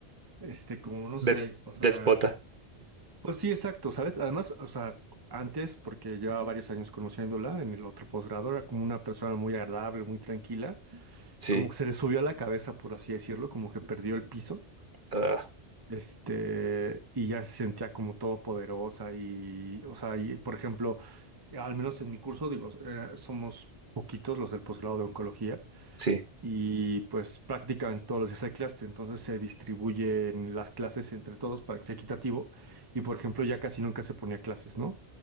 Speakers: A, on the right; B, on the right.
A: Este, como no sé,
B: Des-
A: o sea.
B: despota.
A: Pues sí, exacto, ¿sabes? Además, o sea, antes, porque llevaba varios años conociéndola en el otro posgrado, era como una persona muy agradable, muy tranquila,
B: sí,
A: como que se le subió a la cabeza, por así decirlo, como que perdió el piso,
B: ah,
A: este, y ya se sentía como todopoderosa y, o sea, y, por ejemplo, al menos en mi curso, digo, eh, somos poquitos los del posgrado de oncología
B: sí,
A: y pues prácticamente todos los días hay clases, entonces se distribuyen las clases entre todos para que sea equitativo y, por ejemplo, ya casi nunca se ponía clases, ¿no?